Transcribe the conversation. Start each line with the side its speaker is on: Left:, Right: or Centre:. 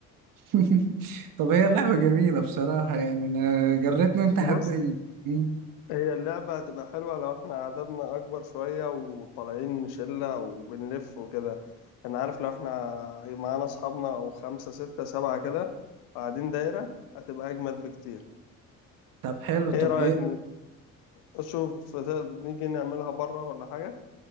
Right: <laughs> طب هي اللعبة جميلة بصراحة يعني انا جريتني وانت حبيتني
Left: بص
Right: مم.
Left: هي اللعبه هتبقى حلوه لو احنا عددنا اكبر شويه وطالعين شله وبنلف وكده انا عارف لو احنا معانا اصحابنا او خمسه سته سبعه كده قاعدين دايره هتبقى اجمل بكتير
Right: طب حلو طب
Left: ايه رايك
Right: ايه
Left: اشوف نيجي نعملها بره ولا حاجه